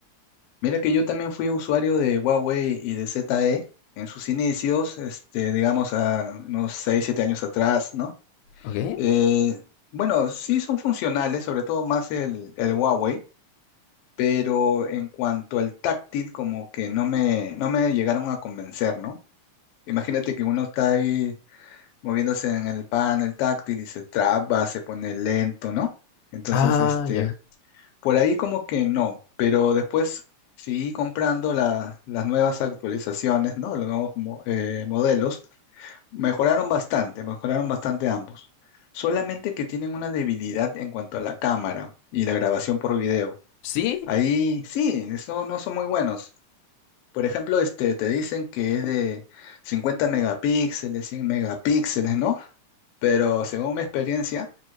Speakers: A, on the left; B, on the left.
A: mira que yo también fui usuario de Huawei y de ZTE en sus inicios, este, digamos a unos 6 7 años atrás, ¿no?
B: ¿Ok?
A: Eh, bueno, sí son funcionales, sobre todo más el, el Huawei pero en cuanto al táctil, como que no me, no me llegaron a convencer, ¿no? Imagínate que uno está ahí moviéndose en el panel táctil y se traba, se pone lento, ¿no? Entonces,
B: Ah,
A: este,
B: ya.
A: por ahí como que no, pero después seguí comprando la- las nuevas actualizaciones, ¿no? Los nuevos mo- eh, modelos. Mejoraron bastante, mejoraron bastante ambos. Solamente que tienen una debilidad en cuanto a la cámara y la grabación por video.
B: ¿Sí?
A: Ahí sí, eso no son muy buenos. Por ejemplo, este, te dicen que es de 50 megapíxeles, 100 megapíxeles, ¿no? Pero según mi experiencia,